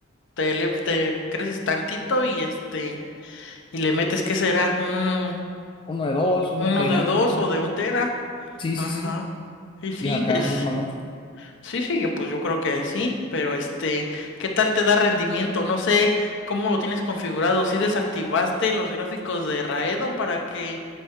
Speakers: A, on the left; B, on the left.
A: te, le- te creces tantito y este y le metes que será un
B: Uno de dos,
A: uno
B: un tera
A: de dos o de un tera.
B: Sí,
A: Ajá.
B: sí, sí.
A: Y sí,
B: Y acá
A: es
B: normalón.
A: Sí, sí, que pues yo creo que sí, pero este, ¿qué tal te da rendimiento? No sé cómo lo tienes configurado, si desactivaste los gráficos de Raedon para que